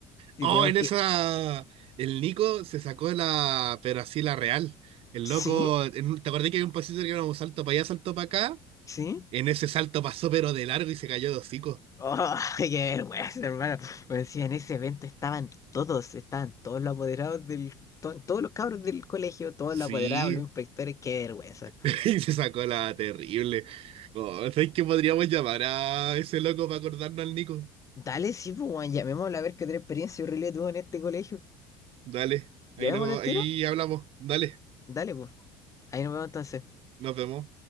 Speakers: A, on the left; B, on the right.
A: Y
B: Oh,
A: tuvimos
B: en
A: que...
B: esa. El Nico se sacó la. Pero así la real. El
A: ¿Sí?
B: loco. en un- ¿Te acordás que había un pasito que era un salto para allá, salto para acá?
A: ¿Sí?
B: En ese salto pasó, pero de largo y se cayó de hocico.
A: ¡Oh, <laughs> qué vergüenza, hermano! Me decía, en ese evento estaban todos, estaban todos los apoderados del... to- todos los cabros del colegio, todos
B: Sí,
A: los apoderados, los inspectores, qué vergüenza.
B: <laughs> Y se sacó la terrible. Oh, ¿sabes qué podríamos llamar a ese loco para acordarnos al Nico?
A: Dale, sí, pues, weón, llamémoslo a ver qué otra experiencia horrible tuvo en este colegio.
B: Dale. Ahí,
A: ¿Llamémoslo
B: no,
A: al
B: ahí
A: tiro?
B: hablamos. Dale.
A: Dale, pues. Ahí nos vemos entonces.
B: Nos vemos.